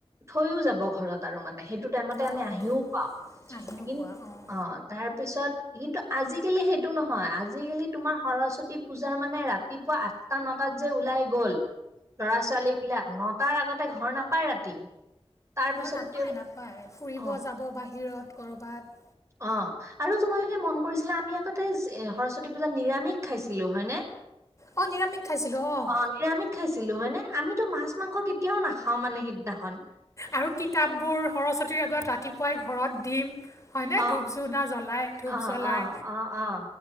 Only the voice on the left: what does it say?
অঁ
আহিও
পোৱা অঁ
অ'! নাপায়,
নাপায়, ফুৰিব
যাব বাহিৰত ক'ৰবাত।
অঁ নিৰামিষ খাইছিলোঁ অঁ
আৰু কিতাপবোৰ সৰস্বতীৰ আগত ৰাতিপুৱাই ঘৰত দিম। হয়নে
ধূপ ধূনা জ্বলাই ধূপ
জ্বলাই